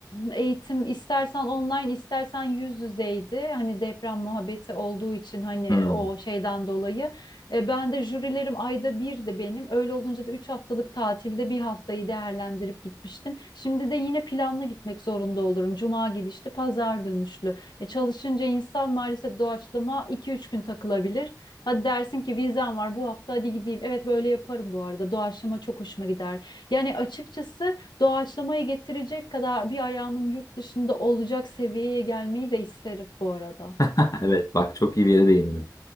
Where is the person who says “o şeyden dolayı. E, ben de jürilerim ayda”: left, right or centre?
Left